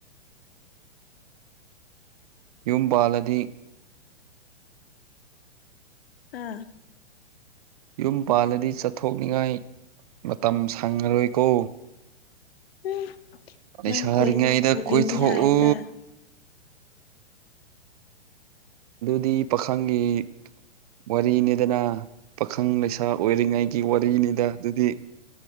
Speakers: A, on the right; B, on the left.
A: ꯌꯨꯝ ꯄꯥꯜꯂꯗꯤ
B: ꯑꯥ
A: ꯌꯨꯝ ꯄꯥꯜꯂꯗꯤ ꯆꯠꯊꯣꯛꯅꯤꯡꯉꯥꯏ ꯃꯇꯝ ꯁꯪꯉꯔꯣꯏꯀꯣ
B: ꯎꯝ
A: ꯂꯩꯁꯥꯔꯤꯉꯩꯗ
B: ꯅꯪ ꯀꯣꯏꯕ ꯄꯨꯕꯤꯅꯤ
A: ꯀꯣꯏꯊꯣꯛꯎ
B: ꯍꯥꯏꯗꯥꯢ
A: ꯑꯗꯨꯗꯤ ꯄꯥꯈꯪꯒꯤ ꯋꯥꯔꯤꯅꯤꯗꯅ ꯄꯥꯈꯪ ꯂꯩꯁꯥ ꯑꯣꯏꯔꯤꯉꯩꯒꯤ ꯋꯥꯔꯤꯅꯤꯗ ꯑꯗꯨꯗꯤ